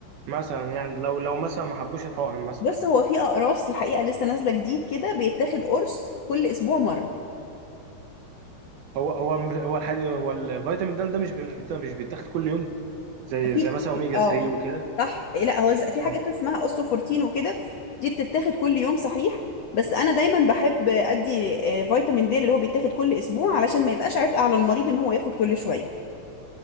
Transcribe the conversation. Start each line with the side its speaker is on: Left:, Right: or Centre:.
Right: مثلا يعني لو لو مثلا ما حبوش الحقن مثلا
Left: بص هو في اقراص الحقيقة لسه نازلة جديد كده بيتاخد قرص كل اسبوع مرة
Right: هو هو هو الحديد هو الفيتامين د ده مش بيت- مش بيتاخد كل يوم زي
Left: في
Right: زي مثلا
Left: في-
Right: اوميجا
Left: اه
Right: 3 وكده
Left: صح لا هو ز- في
Right: اه
Left: حاجات اسمها اوستوفورتين وكده دي بتتاخد كل يوم صحيح بس انا دايما بحب ادي آه، فيتامين د اللي هو بيتاخد كل اسبوع علشان ما يبقاش عبء على المريض ان هو ياخد كل شوية